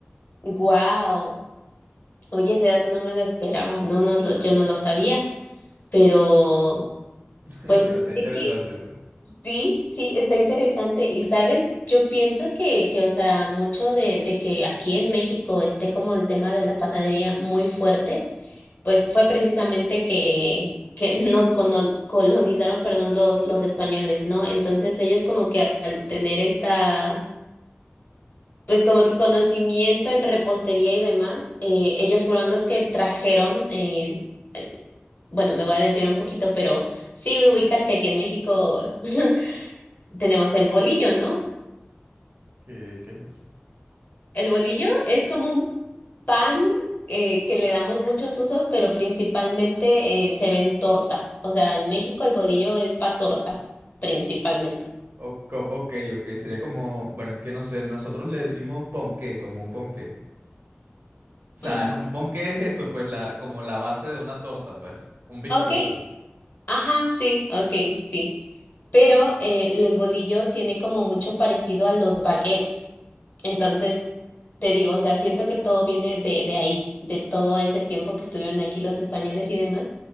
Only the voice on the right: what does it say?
<laughs>
Pero está interesante,
pues.
¿Qué, qué es eso?
O- co- ok, ok, sería como, bueno, es que no sé, nosotros le decimos ponqué, como un ponqué. O sea,
es un pon ponqué es eso, pues, la, como la base de una torta, pues. Un bizcocho.